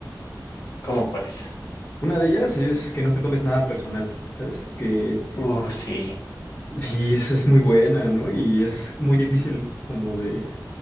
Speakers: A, on the left; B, on the left.
A: ¿Cómo cuáles?
B: Una de ellas es que no te tomes nada personal, ¿sabes? Que
A: Uh, sí.
B: sí, esa es muy buena, ¿no? Y es muy difícil como de,